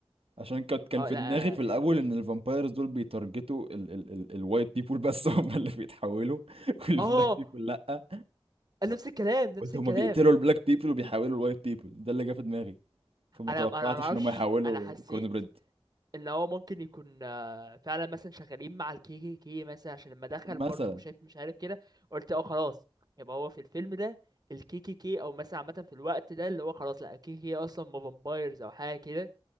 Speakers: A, on the right (about 75°); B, on the right (about 40°).
A: عشان كنت كان
B: اه
A: في
B: لا
A: دماغي في الاول ان الفامبايرز دول بيتارجتوا ال ال ال الوايت بيبول بس <laughs> هم اللي بيتحولوا <laughs> والبلاك
B: اه
A: بيبول لا
B: اه نفس الكلام نفس
A: قلت هما
B: الكلام
A: بيقتلوا البلاك بيبل وبيحولوا الوايت بيبل ده اللي جه في دماغي فما
B: انا
A: توقعتش
B: انا ما اعرفش
A: ان هما يحولوا
B: انا حسيت
A: كورن بريد
B: ان هو ممكن يكون آه، فعلا مثلا شغالين مع الكي كي كي مثلا عشان لما دخل
A: مثلا
B: برضه وشايف مش عارف كده قلت اه خلاص يبقى هو في الفيلم ده الكي كي كي او مثلا عامه في الوقت ده اللي هو خلاص لا الكي كي كي اصلا ما فامبايرز او حاجه كده